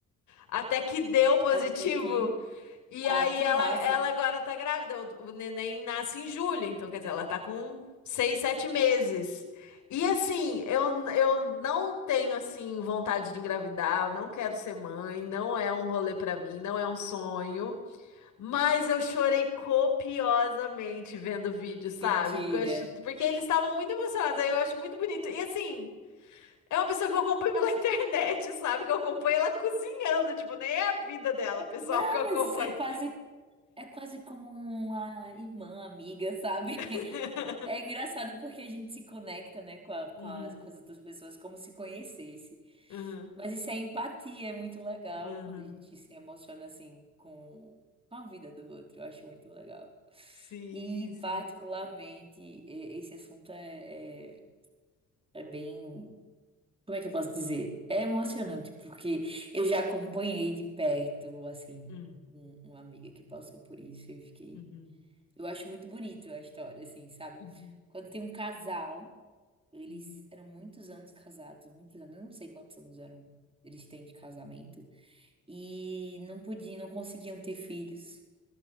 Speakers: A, on the left (about 75°); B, on the right (about 20°).
A: até que deu positivo.
B: até aqui.
A: E
B: Ah,
A: aí
B: que
A: ela,
B: massa.
A: ela agora tá grávida. O, o neném nasce em julho, então quer dizer, ela tá com seis, sete meses. E assim, eu, eu não tenho assim vontade de engravidar, eu não quero ser mãe, não é um rolê pra mim, não é um sonho, mas eu chorei copiosamente vendo o vídeo, sabe?
B: Mentira.
A: Porque eu acho, porque eles estavam muito emocionados, aí eu acho muito bonito. E assim, é uma pessoa que eu acompanho pela <laughs> internet, sabe? Que eu acompanho ela cozinhando, tipo, nem é a vida dela, pessoal,
B: Não,
A: que eu acompanho.
B: mas é quase, é quase como uma irmã, amiga, sabe?
A: <laughs>
B: <laughs> É engraçado porque a gente se conecta, né, com, a- com
A: Uhum,
B: as, com as outras pessoas como se conhecesse.
A: uhum,
B: Mas isso é empatia, é muito legal
A: uhum.
B: quando a gente se emociona assim com com a vida do outro. Eu acho muito legal.
A: Sim,
B: E
A: sim.
B: particularmente, e- esse assunto é, é, é bem. Como é que eu posso dizer? É emocionante, porque eu já acompanhei de perto, assim,
A: Hum,
B: um- uma amiga que passou por isso. e Eu fiquei.
A: Uhum,
B: Eu acho muito bonito a história, assim, sabe?
A: uhum,
B: Quando tem um casal, eles
A: uhum,
B: eram muitos anos casados, muitos anos, eu não sei quantos anos eram, eles têm de casamento, e não podiam, não conseguiam ter filhos.